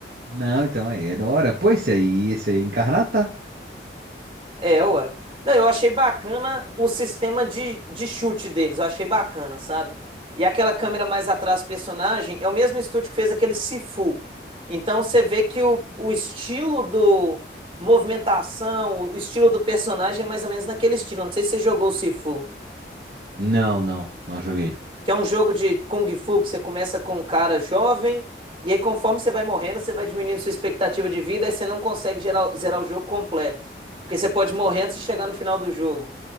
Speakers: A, on the right; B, on the right.
A: Não, então aí é da hora. Pô, esse aí, esse aí é Incarnata?
B: É, uai. Não, eu achei bacana o sistema de, de chute deles, eu achei bacana, sabe? E aquela câmera mais atrás do personagem é o mesmo estúdio que fez aquele Sifu. Então você vê que o, o estilo do movimentação, o estilo do personagem é mais ou menos naquele estilo. Não sei se você jogou o Sifu.
A: Não, não, não joguei.
B: Que é um jogo de Kung Fu que você começa com um cara jovem, e aí conforme você vai morrendo, você vai diminuindo sua expectativa de vida, aí você não consegue gerar- zerar o jogo completo. Porque você pode morrer antes de chegar no final do jogo.